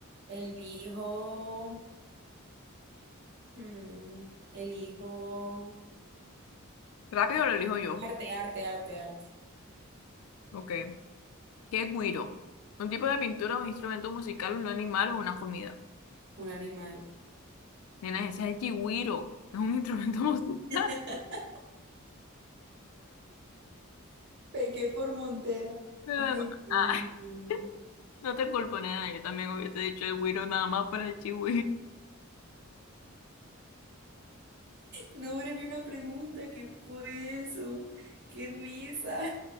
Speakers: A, on the right; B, on the left.
A: El hijo, hmm, el hijo,
B: Rápido lo elijo yo.
A: arte, arte, arte, arte.
B: Ok. ¿Qué es guiro? Un tipo de pintura, un instrumento musical, un animal o una comida.
A: Un animal.
B: Nena, ese es el chigüiro, es un instrumento <laughs> musical.
A: <laughs> Pequé por Montera.
B: Pero,
A: Ay, Dios
B: ah,
A: mío.
B: <laughs>
A: <laughs>
B: no te culpo, nena, yo también hubiese dicho el güiro nada más para el chigüiro.
A: No hubo ni una pregunta. ¿Qué fue eso? ¡Qué risa!